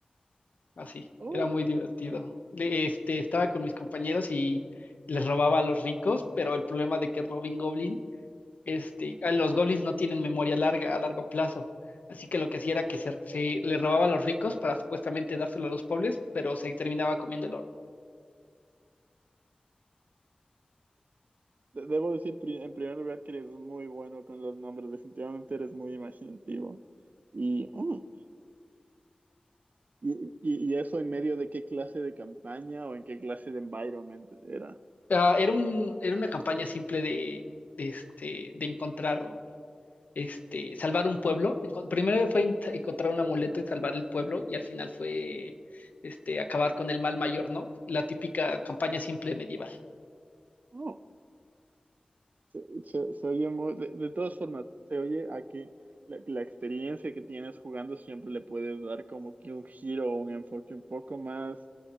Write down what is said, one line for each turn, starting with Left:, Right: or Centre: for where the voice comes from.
Left: así.
Right: ¡Oh!
Left: Era muy divertido. Le- Este, estaba con mis compañeros y les robaba a los ricos, pero el problema de que Robin Goblin, este, a los goblins no tienen memoria larga, a largo plazo. Así que lo que hacía era que se, se le robaba a los ricos para supuestamente dárselo a los pobres, pero se terminaba comiendo el oro.
Right: de- debo decir pri- en primer lugar que eres muy bueno con los nombres, definitivamente eres muy imaginativo. Y, oh, y, y- y eso en medio de qué clase de campaña o en qué clase de environment era.
Left: Ah, era un, era una campaña simple de, de, este, de encontrar este, salvar un pueblo. Enco- Primero fue en- encontrar un amuleto y salvar el pueblo, y al final fue este, acabar con el mal mayor, ¿no? La típica campaña simple medieval.
Right: Oh, se, se- se oye muy, de, de todas formas, se oye a que la, la experiencia que tienes jugando siempre le puedes dar como que un giro o un enfoque un poco más,